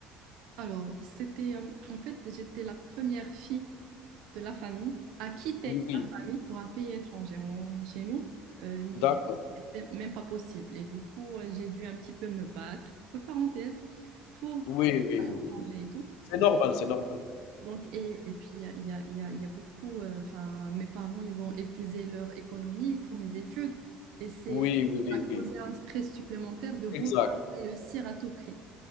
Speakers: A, on the right (about 70°); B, on the left (about 80°).
A: alors, c'était, euh, en fait, j'étais la première fille de la famille à quitter
B: Oui,
A: la famille pour un pays étranger. On- chez nous, euh, l'idée,
B: d'accord.
A: c'était même pas possible. Et du coup, euh, j'ai dû un petit peu me battre, entre parenthèses, pour
B: Oui,
A: aller
B: oui,
A: à l'étranger
B: oui.
A: et tout.
B: C'est normal,
A: Donc,
B: c'est normal.
A: donc, et, et puis, il y a, il y a- il y a- il y a beaucoup, euh, enfin, mes parents, ils ont épuisé leur économie pour mes études. Et c'est,
B: Oui, oui,
A: ça a causé
B: oui.
A: un stress supplémentaire de vouloir
B: Exact.
A: réussir à tout prix.